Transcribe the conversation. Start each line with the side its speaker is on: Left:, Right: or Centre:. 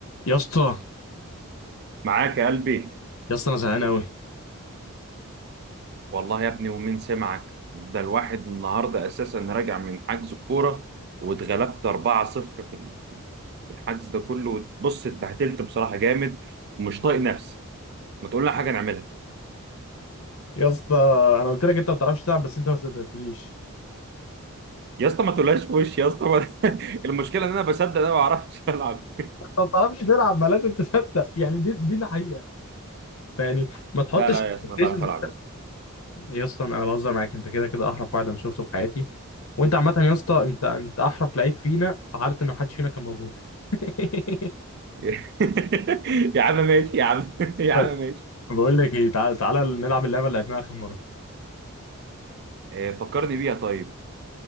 Left: يا اسطى
Right: معاك يا قلبي
Left: يا اسطى انا زهقان قوي
Right: والله يا ابني ومين سمعك ده الواحد النهارده اساسا راجع من حجز الكوره واتغلبت 4-0 في ال- في الحجز ده كله بص اتبهدلت بصراحه جامد ومش طايق نفسي ما تقول لنا حاجه نعملها
Left: يا اسطى انا قلت لك انت ما بتعرفش تلعب بس انت ما صدقتنيش
Right: يا اسطى ما تقولهاش في وشي يا اسطى ما... <laughs> المشكله ان انا بصدق انا ما بعرفش العب
Left: انت ما بتعرفش تلعب ما لازم تصدق يعني دي دي الحقيقه فيعني ما تحطش
Right: لا لا
Left: expectations.
Right: يا اسطى انا بعرف العب يا اسطى
Left: يا اسطى انا بهزر معاك انت كده كده احرف واحد انا شفته في حياتي وانت عامه يا اسطى انت انت احرف لعيب فينا في حاله ان ما حدش فينا كان موجود <laughs>
Right: <laughs> يا عم ماشي يا عم <laughs> يا
Left: طيب
Right: عم ماشي
Left: بقول لك ايه تعال تعالى نلعب اللعبه اللي لعبناها اخر مره
Right: آه، فكرني بيها طيب